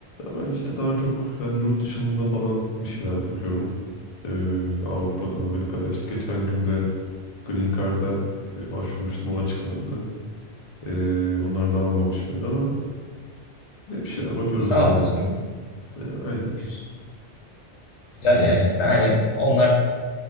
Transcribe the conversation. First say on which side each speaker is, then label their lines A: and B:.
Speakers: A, on the left; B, on the left.
A: Ya ben işte daha çok yani yurt dışında falan bir şeyler bakıyorum. E, Avrupa'da, Amerika'da işte geçen günde Green Card'a e, başvurmuştum o açıklandı. E, onlar da almamış beni ama Ne bir şeyler bakıyoruz
B: Sağlık
A: yani.
B: olsun.
A: Ya, aynen.
B: Güz- Güzel ya cidden hani onlar